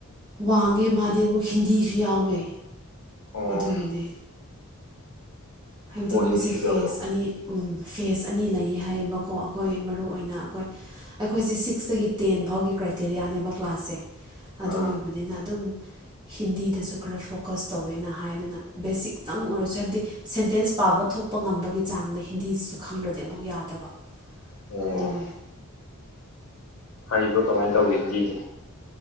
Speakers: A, on the right; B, on the left.
A: ꯋꯥꯡꯉꯦ ꯃꯥꯗꯤ ꯑꯃꯨꯛ ꯍꯤꯟꯗꯤꯁꯨ ꯌꯥꯎꯋꯦ
B: ꯑꯣ
A: ꯑꯗꯨꯒꯤꯅꯦ ꯍꯥꯏꯕꯗꯤ
B: ꯑꯣ
A: ꯃꯣꯏꯁꯦ
B: ꯍꯤꯟꯗꯤꯁꯨ
A: ꯐꯦꯁ
B: ꯌꯥꯎꯕ꯭ꯔꯥ
A: ꯑꯅꯤ ꯐꯦꯁ ꯑꯅꯤ ꯂꯩꯌꯦ ꯍꯥꯏꯌꯦꯕꯀꯣ ꯑꯩꯈꯣꯏ ꯃꯔꯨꯏ ꯑꯣꯏꯅ ꯑꯩꯈꯣꯏ ꯑꯩꯈꯣꯏꯁꯦ ꯁꯤꯛꯁꯇꯒꯤ ꯇꯦꯟ ꯐꯥꯎꯒꯤ ꯀ꯭ꯔꯥꯏꯇꯦꯔꯤꯌꯥꯅꯦꯕ ꯀ꯭ꯂꯥꯁꯁꯦ ꯑꯗꯨ
B: ꯑꯥ
A: ꯑꯣꯏꯕꯅꯤꯅ ꯑꯗꯨꯝ ꯍꯤꯟꯗꯤꯗꯁꯨ ꯈꯔ ꯐꯣꯀꯁ ꯇꯧꯋꯦꯅ ꯍꯥꯏꯗꯨꯅ ꯕꯦꯁꯤꯛꯇꯪ ꯑꯣꯏꯔꯁꯨ ꯍꯥꯏꯕꯗꯤ ꯁꯦꯟꯇꯦꯟꯁ ꯄꯥꯕ ꯊꯣꯛꯄ ꯉꯝꯕꯒꯤ ꯆꯥꯡꯗ ꯍꯤꯟꯗꯤꯁꯤꯁꯨ ꯈꯪꯗ꯭ꯔꯗꯤ ꯑꯃꯨꯛ ꯌꯥꯗꯕ
B: ꯑꯣ
A: ꯑꯗꯨꯒꯤ
B: ꯍꯩꯕ꯭ꯔꯣ ꯀꯃꯥꯏꯅ ꯇꯧꯋꯤ ꯍꯤꯟꯗꯤꯗꯤ